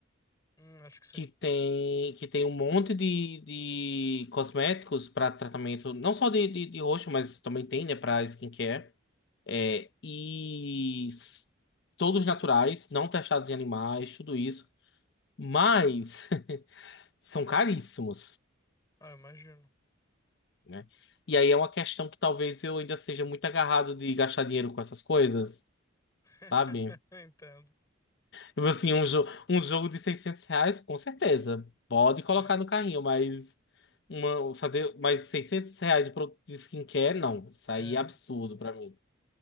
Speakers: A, on the left; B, on the left.
A: Hum, acho que sim.
B: que tem, que tem um monte de, de cosméticos para tratamento, não só de, de, de rosto, mas também tem, né, para skincare. É, e s- todos naturais, não testados em animais, tudo isso. Mas <laughs> são caríssimos.
A: Ah, eu imagino.
B: né? E aí é uma questão que talvez eu ainda seja muito agarrado de gastar dinheiro com essas coisas,
A: <laughs>
B: sabe?
A: Entendo.
B: Tipo assim, um, jo um jogo de seiscentos reais, com certeza, pode
A: Sim.
B: colocar no carrinho, mas uma, fazer mais 600 reais de produto de skincare, não. Isso aí
A: É.
B: é absurdo pra mim,